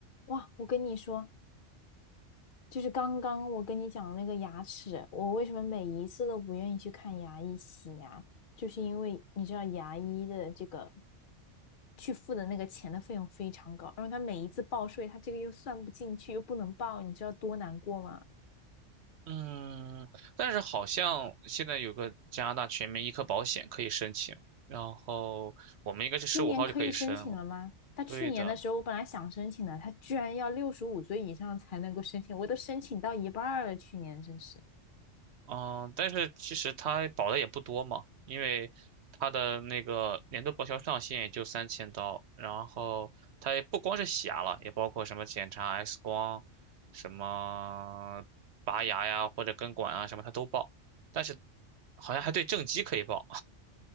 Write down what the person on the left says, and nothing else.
哇，我跟你说，就是刚刚我跟你讲的那个牙齿，我为什么每一次都不愿意去看牙医洗牙，就是因为你知道牙医的这个去付的那个钱的费用非常高，然后他每一次报税，他这个又算不进去，又不能报，你知道多难过吗？
今年可以申请了吗？他去年的时候，
我本来想申请的，他居然要六十五岁以上才能够申请，我都申请到一半儿了，去年真是。